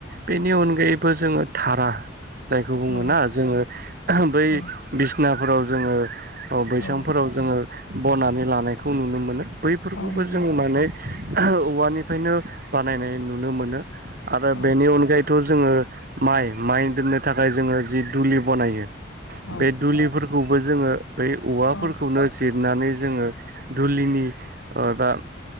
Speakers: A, on the right; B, on the left.
A: बेनि
B: औ
A: अनगायैबो जोङो थारा जायखौ बुङोना
B: औ
A: जोङो ओहो बै
B: औ
A: बिसनाफोराव जोङो बैसां
B: औ
A: जोङो बनानै लानायखौ नुनो मोनो। बैफोरखौबो
B: औ नंगौ
A: जों माने ओहो औवानिफ्रायनो बानायनाय नुनो मोनो आरो
B: औ
A: बेनि अनगायैथ' जोङो माइ माइ दोन्नो थाखाय जोङो जि दुलि बनायो।
B: औ
A: बे दुलिफोरखौबो जोङो बै औवा
B: औ
A: नो जिरनानै जोङो दुलिनि ओ बा